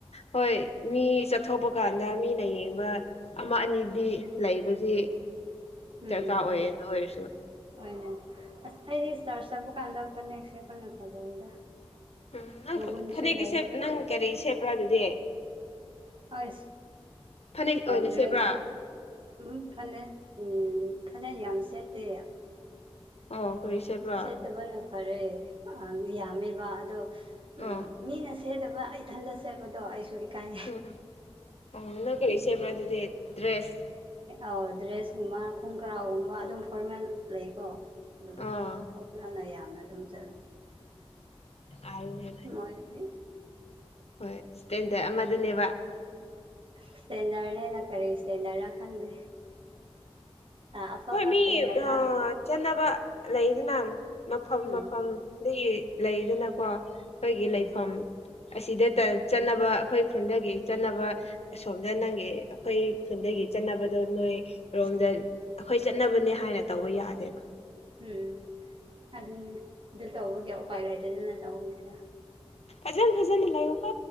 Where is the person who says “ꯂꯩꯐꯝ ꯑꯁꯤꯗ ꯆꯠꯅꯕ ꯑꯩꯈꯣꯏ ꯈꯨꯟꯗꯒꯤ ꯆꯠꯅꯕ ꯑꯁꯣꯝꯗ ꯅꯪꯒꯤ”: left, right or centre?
Left